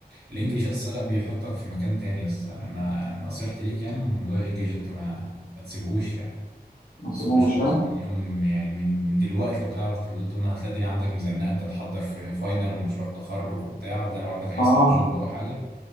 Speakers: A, on the right; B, on the left.
A: الانجليش اصلا لا بيحطك في مكان تاني يا اسطى انا انا أنا نصيحتي ليك يعني من موضوع الانجليش ده انت ما ما تسيبهوش يعني
B: ما
A: تسويش
B: سيبوش
A: خالص
B: ها
A: اليوم يعني من من دلوقتي لو تعرف تطلع منها هتلاقي الدنيا عندك مزنقه انت تحضر في فاينل ومشروع تخرج وبتاع لا لو عندك اي
B: اه
A: سايد جوب او حاجه